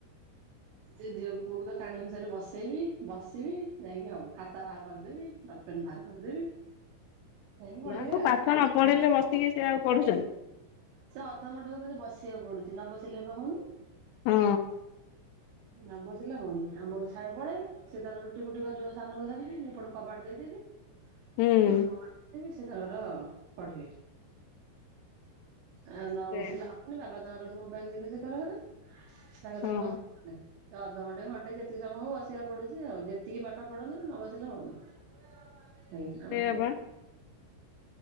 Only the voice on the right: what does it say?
ସେ ଝିଅକୁ ପୁଅକୁ ତ ଟାଣି ଘୋସାରି ବସେଇବି। ବସିବି ଯାଇକି ହବ ଖାତା ବାହାର କରିଦେବି ଡ଼ଟ୍ ପେନ୍ ବାହାର କରିଦେବି। ଯାଇକି
ପଢିବେ ଆଉ
ସେ ଅଧଘଣ୍ଟାକୁ ମତେ ବସିବାକୁ ପଡୁଛି ନ ବସେଇିଲେ ବା ହଉନି।
ନ ବସିଲେ ହଉନି ବଡ ସାର ପଳେଇବେ ସି ତା ତାର ରୁଟି ଫୁଟି କରିବ ସାନକୁ ଧରିକି ଏପଟେ କବାଟ ଦେଇଦେବି।
<unintelligible> ସେ ତାଙ୍କର ପଢିବେ। ଆଉ ନ
ବସିଲେ ହବନି ବାବା ଜାଙ୍କ ର ଅ ମୁଁ। <unintelligible> ତାଙ୍କ।
<unintelligible> ସେ ଅଧଘଣ୍ଟେ ଘଣ୍ଟେ ଯେତିକି ସମୟ ବସିବାକୁ ପଡୁଛି ଆଉ ଯେତିକି ପାଠ ପଢନ୍ତୁ ନ ବସିଲେ ହଉନି।
<unintelligible>